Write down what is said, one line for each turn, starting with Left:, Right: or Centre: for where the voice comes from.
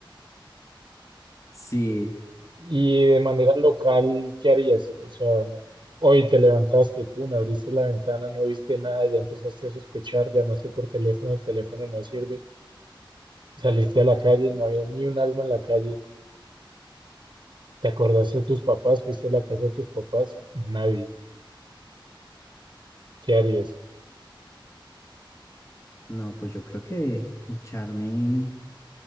Left: <laughs> Sí.
Right: Y de manera local, ¿qué harías? O sea, hoy te levantaste, pum, abriste la ventana, no viste nada, ya empezaste a sospechar, llamaste por teléfono, el teléfono no sirve, saliste a la calle, no había ni un alma en la calle. ¿Te acordaste de tus papás? ¿Fuiste a la casa de tus papás? Nadie. ¿Qué harías?
Left: No, pues yo creo que echarme